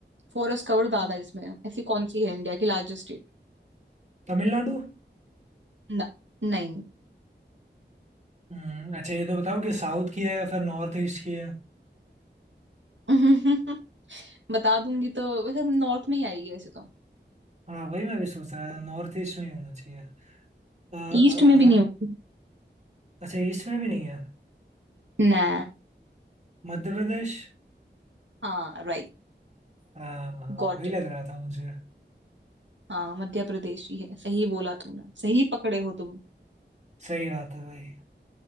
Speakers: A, on the right; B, on the right.
A: फॉरेस्ट कवर ज्यादा
B: हम्म।
A: है जिसमें ऐसी कौन सी है इंडिया की लार्जेस्ट स्टेट
B: तमिलनाडु
A: ना नहीं
B: हम्म अच्छा ये तो बताओ कि साउथ की है या फिर नॉर्थ ईस्ट की है
A: <laughs> बता दूंगी तो वैसे नॉर्थ में ही आएगी वैसे तो
B: हाँ वही मैं भी सोच रहा था नॉर्थ ईस्ट में ही होना चाहिए अ, अ,
A: ईस्ट
B: अ,
A: में भी नहीं होगी
B: अच्छा ईस्ट में भी नहीं है
A: ना
B: मध्य प्रदेश
A: हाँ राइट
B: हाँ हाँ,
A: गॉट
B: वही लग रहा था मुझे
A: हाँ मध्य प्रदेश ही है सही बोला तूने सही पकड़े हो तुम
B: सही बात है भाई